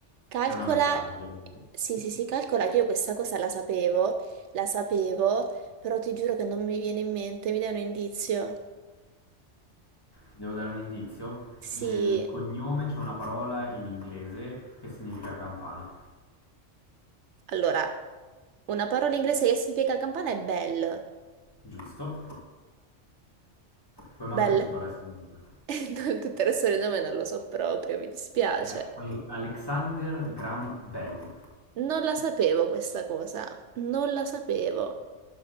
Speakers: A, on the right; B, on the left.
A: Calcola...
B: è un americano, ovviamente.
A: Sì, sì, sì, calcola che io questa cosa la sapevo, la sapevo, però ti giuro che non mi viene in mente, mi dai un indizio?
B: Devo dare un indizio.
A: Sì,
B: Nel cognome c'è una parola in inglese che significa campana,
A: Allora, una parola inglese che significa campana è bell.
B: giusto? Poi manca
A: Bell?
B: tutto il resto del nome.
A: <laughs> No, Tutto il resto del nome non lo so proprio, mi dispiace.
B: È Ale- Alexander Graham Bell.
A: Non la sapevo questa cosa, non la sapevo.